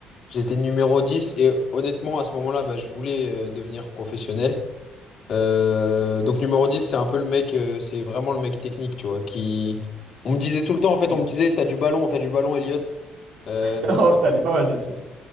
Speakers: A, on the left; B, on the right.
A: j'étais numéro 10 et honnêtement, à ce moment-là, bah, je voulais euh, devenir professionnel. Euh, donc numéro 10 c'est un peu le mec, euh, c'est vraiment le mec technique, tu vois, qui... On me disait tout le temps, en fait,
B: Mm.
A: on me disait, t'as du ballon, t'as du ballon, Elliot. Euh,
B: <laughs> Oh putain, elle est pas mal celle-ci.